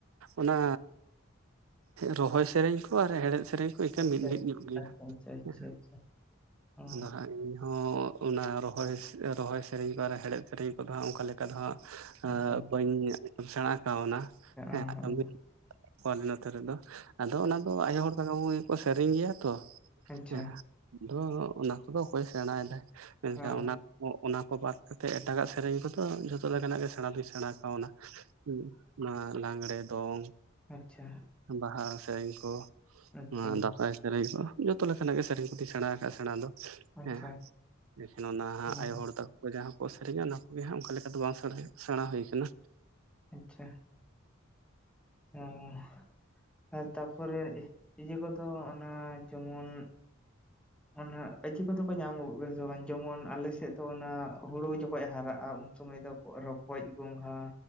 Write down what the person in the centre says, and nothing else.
ᱟᱪᱪᱷᱟ
ᱟᱪᱪᱷᱟ ᱟᱪᱪᱷᱟ ᱟᱪᱪᱷᱟ
ᱟᱪᱪᱷᱟ ᱚ
ᱟᱪᱪᱷᱟ
ᱟᱪᱪᱷᱟ
ᱦᱚᱸ
ᱟᱪᱪᱷᱟ
ᱟᱪᱪᱷᱟ
ᱟᱪᱪᱷᱟ
ᱟᱪᱪᱷᱟ
ᱟᱪᱪᱷᱟ
ᱟᱪᱪᱷᱟ
ᱟᱪᱪᱷᱟ
ᱦᱚᱸ
ᱟᱪᱪᱷᱟ ᱾ <unintelligible> ᱟᱨ ᱛᱟᱯᱚᱨᱮ ᱤᱭᱟᱹ ᱠᱚᱫᱚ ᱚᱱᱟ ᱡᱮᱢᱚᱱ ᱚᱱᱟ ᱠᱟᱹᱡᱤ ᱠᱚᱫᱚ ᱠᱚ ᱧᱟᱢᱚᱜ ᱜᱮᱥᱮ ᱵᱟᱝ ᱡᱮᱢᱚᱱ ᱟᱞᱮᱥᱮᱜ ᱫᱚ ᱚᱱᱟ ᱦᱳᱲᱳ ᱡᱚᱠᱷᱚᱡ ᱮ ᱦᱟᱨᱟᱜᱼᱟ ᱩᱱ ᱥᱩᱢᱟᱹᱭ ᱫᱚ ᱨᱚᱠᱚᱡ ᱜᱚᱸᱜᱷᱟ